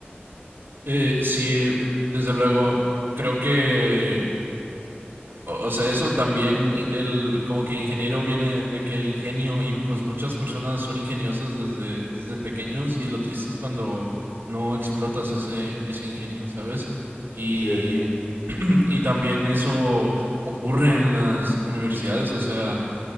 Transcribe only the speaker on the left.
Sí, así es.